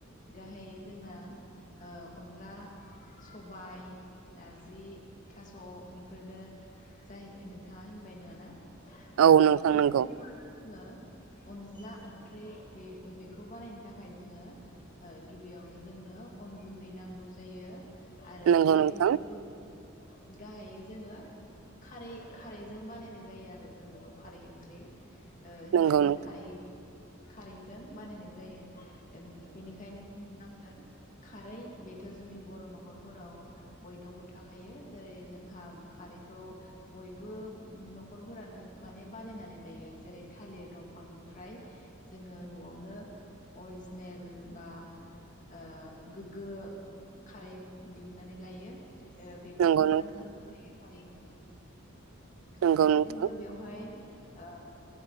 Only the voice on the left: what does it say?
गाहायै जोंना अनला सबाय नारजि थास' बेफोरनो जाहैबाय नोंथाङा होनबाय नङाना
ओम
बे
<unintelligible> जोङो अनज्ला ओंख्रि बे बेखौ बानायनो थाखाय जोङो ओ गिबियावनो जोंनो अन गुन्दै नांगौ जायो आरो
बे
ओंख्रिखौ गाहायै जोङो खारै खारैजों बानायनाय जायो आरो जों बेखौ खारै ओंख्रि ओ होननानै
खारै खारैजों बानायनाय जायो ओम बेनिखायनो <unintelligible> खारै बेथ' जोंनि बर' न'खरफोराव बयनावबो थाखायो जेरै जोंहा खारैखौ बयबो न'खरफोरानो माने बानायनानै लायो जेरै थालिर दंफांनिफ्राय जोङो न'आवनो अरजि नेल बा ओ गोगो खारै दिहुननानै लायो ओ बेखौ
जोङो
नांथारगौ जायो खारै ओंख्रिनि
थाखाय
जोङो बेवहाय ओ